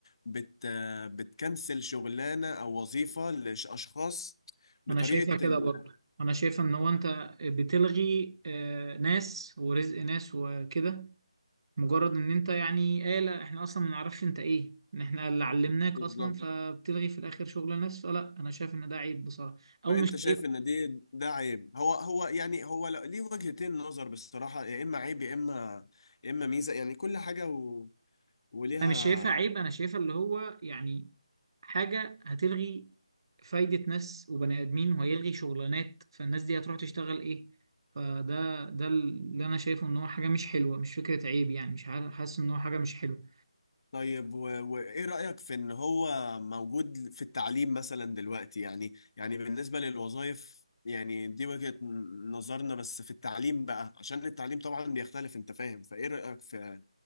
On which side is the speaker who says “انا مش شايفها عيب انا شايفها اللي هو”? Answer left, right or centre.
Right